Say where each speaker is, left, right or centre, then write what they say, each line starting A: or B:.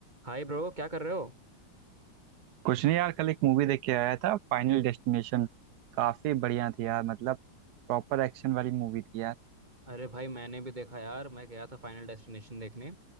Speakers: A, on the right (about 20°); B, on the right (about 80°).
A: हाय bro क्या कर रहे हो
B: कुछ नहीं यार कल एक मूवी देख के आया था फाइनल डेस्टिनेशन काफी बढ़िया थी यार मतलब प्रॉपर एक्शन वाली मूवी थी यार
A: अरे भाई मैंने भी देखा यार मैं गया था फाइनल डेस्टिनेशन देखने